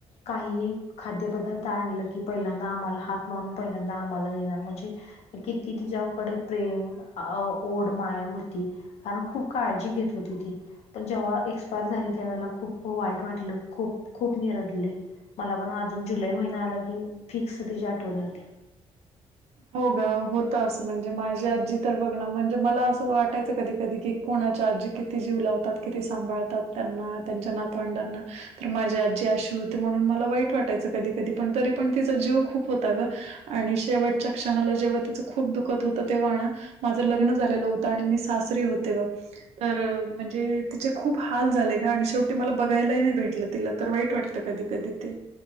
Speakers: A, on the left; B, on the right.
A: काहीही खाद्यपदार्थ आणलं की पहिल्यांदा आम्हाला हाक मारून पहिल्यांदा आम्हाला देणार म्हणजे किती तिच्याकडे प्रेम अ आ ओढ माया होती कारण खूप काळजी घेत होती ती पण जेव्हा एक्सपायर झाली त्यावेळेला खूप वाईट वाटलं खूप खूप मी रडले मला पण अजून जुलै महिना आला की फिक्स तिची आठवण येते
B: हो ग होत असं म्हणजे माझी आजी तर बघ ना म्हणजे मला असं वाटायचं कधी कधी की कोणाच्या आजी किती जीव लावतात, किती सांभाळतात त्यांना त्यांच्या नातवंडांना तर माझी आजी अशी होती म्हणून मला वाईट वाटायचं कधी कधी पण तरी पण तिचा जीव खूप होता गं आणि शेवटच्या क्षणाला जेव्हा तिचं खूप दुखत होत तेव्हायना माझं लग्न झालेलं होतं आणि मी सासरी होते बघं तर म्हणजे तिचे खूप हाल झाले गं आणि शेवटी मला बघायलाही नाही भेटलं तिला तर वाईट वाटत त कधी कधी ते